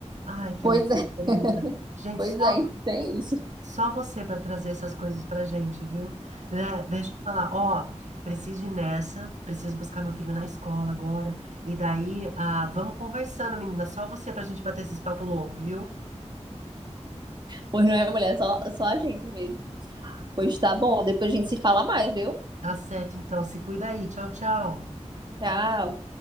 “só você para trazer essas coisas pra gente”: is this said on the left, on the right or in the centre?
Right